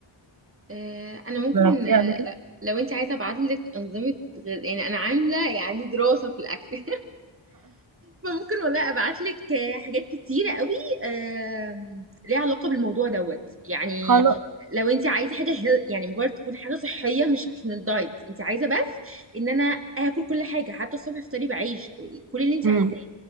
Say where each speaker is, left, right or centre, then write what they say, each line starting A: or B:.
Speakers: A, on the right; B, on the right.
A: آه، انا ممكن
B: جربتيها
A: آه،
B: قبل كده
A: لا، لو انت عايزه ابعت لك انظمه غذاء يعني انا عامله يعني دراسه في الاكل <laughs> فممكن والله ابعت لك حاجات كتيره قوي آم، ليها علاقه بالموضوع دوت يعني
B: خلاص
A: لو انت عايزه حاجه هيل يعني مجرد تكون حاجه صحيه مش عشان الدايت انت عايزه بس ان انا اكل كل حاجه حتى الصبح افطري بعيش كل اللي انت
B: امم
A: عايزاه